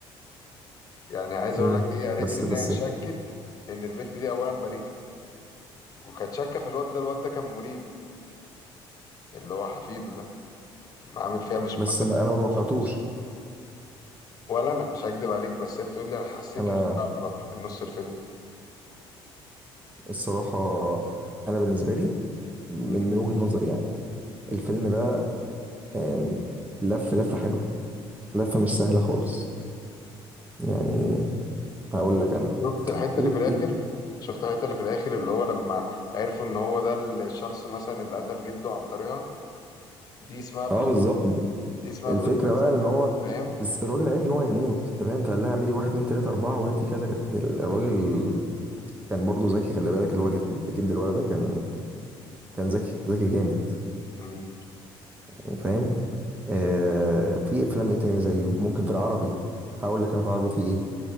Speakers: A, on the left (about 40°); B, on the right (about 15°).
A: يعني عايز
B: امم
A: اقول لك هي قالت
B: بس
A: لي ان
B: بس
A: هي شكت ان البنت دي اولا بريئه وكانت شاكه في الواد ده الواد ده كان مريب اللي هو حفيده ده عامل فيها مش
B: بس
A: مهتم
B: ما- انا ما
A: بالفلوس.
B: توقعتوش
A: ولا انا مش هكدب عليك بس هي بتقول لي انا حسيت
B: انا
A: ان في حاجه غلط من نص الفيلم
B: الصراحه انا بالنسبه لي من
A: مم.
B: من وجهه نظري يعني الفيلم ده آم، لف لفه حلوه لفه مش سهله خالص يعني هقول لك انا
A: شفت الحته
B: ايه
A: اللي في الاخر
B: ايه
A: شفت الحته اللي في الاخر اللي هو لما عرفوا ان هو ده الشخص مثلا اللي قتل جده عن طريقها دي اسمها
B: اه
A: بلوت
B: بالظبط
A: دي اسمها
B: الفكره
A: بلوت تويست
B: بقى ان هو
A: فاهم
B: الس- الراجل عرف ان هو هيموت انت فاهم فقال لها اعملي واحد اتنين تلاته اربعه وهاتي كذا ك- الراجل كان برضو ذكي خلي بالك اللي هو جد جد الولد ده كان كان ذكي ذكي جامد
A: مم.
B: يعني فاهم آه في افلام ايه تانية زيه ممكن في العربي هقول لك انا في العربي في ايه